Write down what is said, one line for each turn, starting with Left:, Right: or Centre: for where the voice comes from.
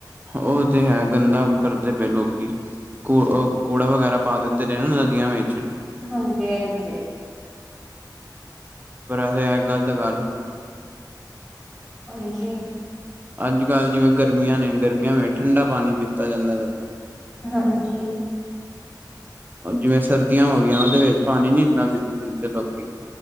Right: ਹ ਉਹ ਤੇ ਹੈ ਗੰਦਾ ਕਰਦੇ ਪਏ ਲੋਕੀ। ਕ ਉਹ ਕੂੜਾ ਵਗੈਰਾ ਪਾ ਦਿੰਦੇ ਨੇ ਨਾ ਨਦੀਆਂ ਵਿੱਚ।
Centre: ਹਾਂਜੀ- ਹਾਂਜੀ।
Right: ਪਰ ਵੈਸੇ ਏ ਗ਼ਲਤ ਗੱਲ।
Centre: ਹਾਂਜੀ।
Right: ਅੱਜ ਕੱਲ ਜਿਵੇਂ ਗਰਮੀਆਂ ਨੇ ਗਰਮੀਆਂ ਵੀ ਠੰਡਾ ਪਾਣੀ ਪੀਤਾ ਜਾਂਦਾ ਜ਼ਿਆਦਾ।
Centre: ਹਾਂਜੀ।
Right: ਜਿਵੇਂ ਸਰਦੀਆਂ ਹੋ ਗਈਆਂ ਉਹਦੇ ਵਿੱਚ ਪਾਣੀ ਨੀ ਇਦਾ ਪੀਂਦੇ ਲੋਕੀ।